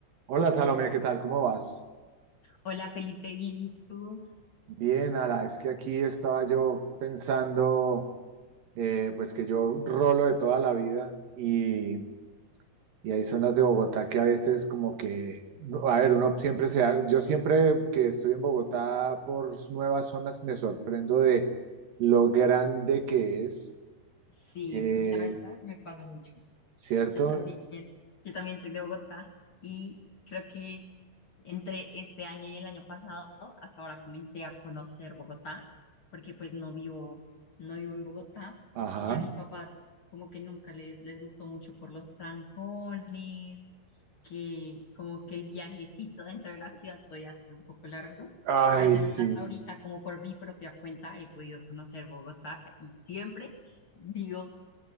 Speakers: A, on the right (about 60°); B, on the left (about 40°).
A: Hola Salomé, ¿qué tal? ¿Cómo vas?
B: Hola Felipe, bien, ¿y tú?
A: Bien, Ala, es que aquí estaba yo pensando, eh, pues que yo rolo de toda la vida y, y hay zonas de Bogotá que a veces como que, no, a ver, uno siempre se da, yo siempre que estoy en Bogotá por nuevas zonas me sorprendo de lo grande que es,
B: Sí,
A: eh,
B: la verdad me pasa mucho.
A: ¿cierto?
B: Yo también, yo también soy de Bogotá y creo que entre este año y el año pasado, hasta ahora comencé a conocer Bogotá, porque pues no vivo, no vivo en Bogotá
A: Ajá.
B: y a mis papás como que nunca les, les gustó mucho por los trancones, que como que el viajecito dentro de la ciudad podía ser un poco largo.
A: Ay,
B: Entonces,
A: sí.
B: hasta ahorita, como por mi propia cuenta, he podido conocer Bogotá y siempre digo,